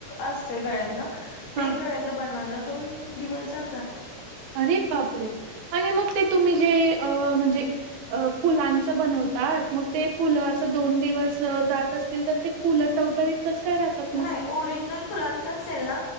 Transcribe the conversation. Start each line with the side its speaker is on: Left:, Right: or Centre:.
Left: अस गळ्यातलं
Right: हां.
Left: एक गळ्यातलं बनवायला दोन दिवस जातात..
Right: अरे बापरे आणि मग ते तुम्ही जे म्हणजे फुलांच बनव. मग ते फुलं अस दोन दिवस जात असतील तर ते फुलं टवटवीत... कसं काय राहतात
Left: नाही
Right: मग?
Left: ओरिजनल फुलांच असेल ना